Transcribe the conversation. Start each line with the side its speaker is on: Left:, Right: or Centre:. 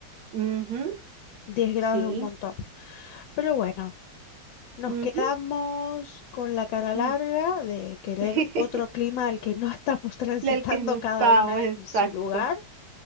Right: Ujú,
Left: diez grados
Right: sí,
Left: es un montón. Pero bueno, Nos
Right: ujú,
Left: quedamos con la cara larga
Right: mm.
Left: de querer
Right: <laughs>
Left: otro clima al que no estamos <laughs> transitando
Right: El que no
Left: cada
Right: estamos,
Left: una
Right: exacto.
Left: en su lugar,